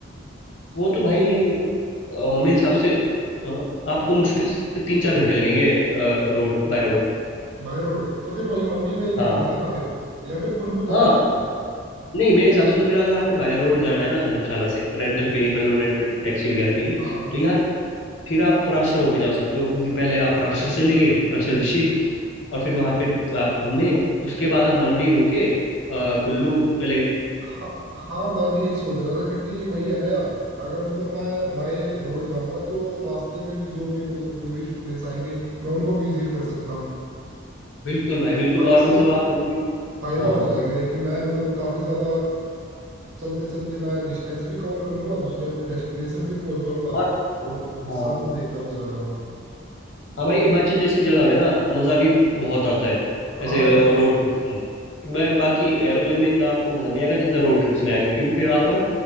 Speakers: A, on the left; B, on the right.
A: वो तो भाई अ, मेरे हिसाब से अ, आपको मुश्किल से तीन चार घंटे लगेंगे रोड बाय रोड
B: बाय रोड तो फिर वहीं मंडी में ही निकल
A: हाँ
B: लेंगे ना फिर या फिर कुल्लू ज्यादा
A: हाँ
B: अच्छा है
A: नहीं मेरे हिसाब से तो फिर अगर आपने बाय रोड जाना है ना धर्मशाला से रेंटल
B: हम्म,
A: पे ही मतलब रेंटल टैक्सी वगैरह पे ही
B: हाँ हाँ
A: तो यार फिर आप पराशर होके जा सकते हो क्योंकि पहले आप पराशर चले गए पराशर
B: हम्म,
A: ऋषि और फिर वहां पे आप घूमे उसके बाद आप मंडी होके अ, कुल्लू
B: हाँ
A: चले गए
B: हाँ हाँ मैं भी यही सोच रहा था क्योंकि वही है ना यार अगर मतलब मैं बाय रोड जाऊंगा तो रास्ते में भी जो भी मतलब टूरिस्ट प्लेस आएंगे मैं उनको विजिट कर सकता हूँ
A: बिल्कुल भाई बिल्कुल
B: हाँ,
A: और
B: इससे
A: मतलब
B: फ-
A: आप वो भी-
B: फायदा
A: हाँ
B: हो जाएगा ये कि मैं मतलब काफी ज्यादा चलते चलते मैं डिस्टेंस भी कवर कर लूंगा दूसरे अपने डेस्टिनेशन भी पहुंच जाऊंगा
A: और
B: और
A: हाँ
B: साथ में देखता भी चला जाऊंगा
A: हाँ भाई हिमाचल जैसी जगह में ना मज़ा भी बहुत आता है
B: हाँ
A: ऐसे
B: यार बिल्कुल
A: रोड ट्रिप का बा- बाकी एरोप्लेन में इतना आपको मज़ा नहीं आएगा जितना रोड ट्रिप्स में आएगा क्योंकि फिर आप ना